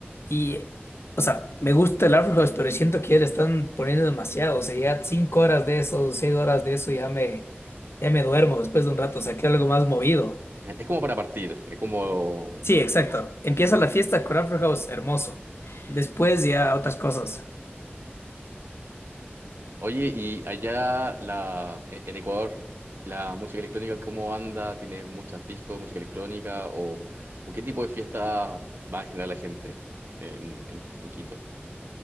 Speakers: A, on the left; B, on the right.
A: y, o sea, me gusta el Afrohouse, pero siento que ya le están poniendo demasiado, o sea, ya cinco horas de eso, seis horas de eso, ya me, ya me duermo después de un rato, o sea, quiero algo más movido.
B: Es como para partir, es como...
A: Sí,
B: es
A: exacto.
B: como
A: Empieza
B: la-
A: la
B: la-
A: fiesta con Afrohouse, hermoso. Después ya otras cosas.
B: Oye, y allá la, en en Ecuador, la música electrónica, ¿cómo anda? ¿Tienes muchos discos de música electrónica? ¿O, o qué tipo de fiestas va a generar la gente en, en, en Quito?